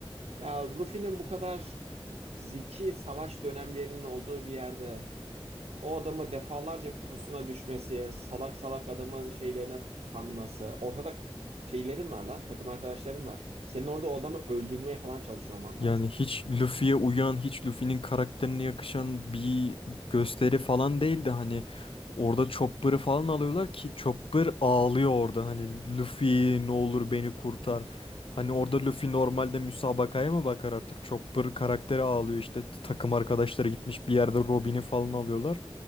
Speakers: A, on the right; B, on the left.
A: Ya Luffy'nin bu kadar zeki savaş dönemlerinin olduğu bir yerde O adamı defalarca pususuna düşmesi, salak salak adamın şeylerine t- kanması. Ortada şeylerin var lan, takım arkadaşların var. Senin orada o adamı öldürmeye falan çalışıyor olman
B: Yani
A: lazım.
B: hiç Luffy'ye uyan, hiç Luffy'nin karakterine yakışan bir gösteri falan değildi. Hani orada Chopper'ı falan alıyorlar ki Chopper ağlıyor orada. Hani Luffy ne olur beni kurtar. Hani orada Luffy normalde müsabakaya mı bakar artık? Chopper karakteri ağlıyor işte takım arkadaşları gitmiş bir yerde Robin'i falan alıyorlar.